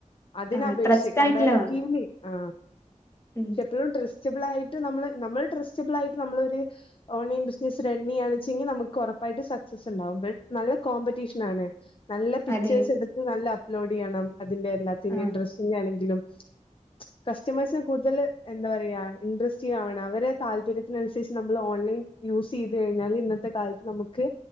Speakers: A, on the left; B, on the left.
A: അതിന
B: ആഹ്
A: <unintelligible>
B: ട്രസ്റ്റ്
A: കമ്പാരിറ്റിവ്
B: ആയിട്ടുള്ള വേണം
A: ല് ആ
B: ഉം
A: എപ്പഴും ട്രസ്റ്റബിളായിട്ട് നമ്മള് നമ്മൾ ട്രസ്റ്റബിളായിട്ട് നമ്മള് ഒര് ഓൺലൈൻ ബിസ്നസ് റണ്ണയ്യാ വെച്ചെങ്കി നമുക്ക് ഒറപ്പായിട്ട് സക്സസ് ഇണ്ടാവും ബ നല്ല കോമ്പറ്റീഷ്നാണ് നല്ല പിച്ചേഴ്‌സ്
B: അതെയോ
A: എടുത്ത് നല്ല അപ്‌ലോഡയ്യണം അതിന്റെ എല്ലാത്തിന്റേം
B: ആഹ്
A: ഡ്ര <unintelligible> ആണെങ്കിലും കസ്റ്റമേഴ്സിന് കൂടുതൽ എന്താ പറയ ഇൻട്രസ്റ്റീവ് ആവണം അവരെ താല്പര്യത്തിനനുസരിച്ച് നമ്മൾ ഓൺലൈൻ യൂസ് ചെയ്ത് കഴിഞ്ഞാല് ഇന്നത്തെ കാലത്ത് നമുക്ക്